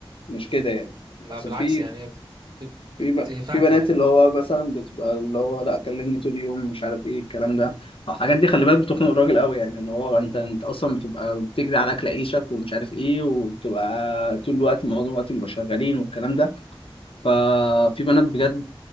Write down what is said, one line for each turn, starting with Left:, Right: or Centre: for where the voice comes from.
Left: مش كده يعني
Right: لا
Left: اصل
Right: بالعكس
Left: في
Right: يعني هي بت...
Left: في ب-
Right: هي فاهمة
Left: في بنات
Right: يعني
Left: اللي هو مثلا بتبقى اللي هو لا كلمني طول اليوم مش عارف ايه الكلام ده الحاجات دي خلي بالك بتخنق الراجل قوي يعني ان هو انت انت اصلا بتبقى بتجري على اكل عيشك ومش عارف ايه وبتبقى طول الوقت معظم الوقت بيبقوا شغالين والكلام ده ففي بنات بجد